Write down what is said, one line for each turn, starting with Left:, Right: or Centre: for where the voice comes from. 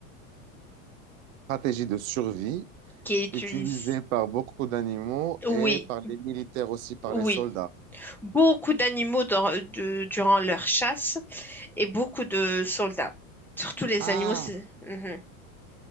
Right: Stratégie de survie
Centre: qui est utilisé.
Right: utilisée par beaucoup d'animaux
Centre: Oui,
Right: et par les militaires aussi, par
Centre: oui.
Right: les soldats.
Centre: beaucoup d'animaux dans- de- durant leur chasse et beaucoup de soldats. Surtout les
Right: Ah,
Centre: animaux, c'est Mhm.